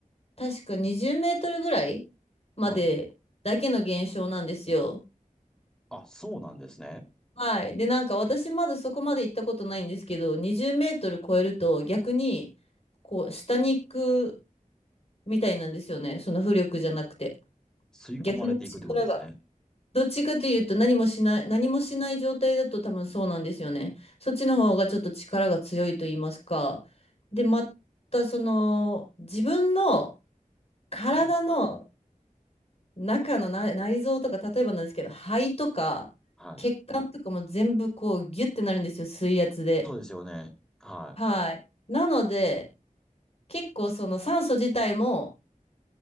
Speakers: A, on the left; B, in the centre.
A: 確か20メートルぐらいまでだけの現象なんですよ。
B: はい。あ、そうなんですね。
A: はい。で、なんか私まだそこまで行ったことないんですけど、20メートル超えると逆に、こう、下に行くみたいなんですよね。その浮力じゃなくて。
B: 吸い込まれていくってことですね。
A: 逆の力が。どっちかというと何もしない、何もしない状態だと多分そうなんですよね。そっちの方がちょっと力が強いと言いますか。で、またその、自分の体の
B: はい。
A: 中の内内臓とか、例えばなんですけど、肺とか、
B: はい。
A: 血管とかも全部こうギュッてなるんですよ、水圧で。
B: そうですよね。はい。
A: はい。なので、結構その酸素自体も、